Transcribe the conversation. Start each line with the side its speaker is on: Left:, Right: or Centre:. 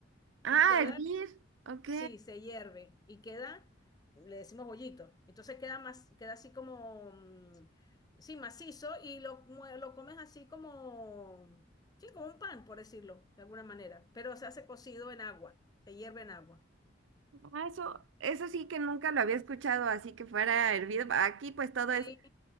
Right: Ah,
Left: Y queda
Right: hervir. Ok.
Left: Sí, se hierve y queda, le decimos bollito. Entonces queda más, queda así como, mm, sí, macizo y lo, mue- lo comes así como, sí, como un pan, por decirlo, de alguna manera. Pero se hace cocido en agua, se hierve en agua.
Right: Ah, eso, eso sí que nunca lo había escuchado, así que fuera hervido. Aquí pues todo es
Left: Sí,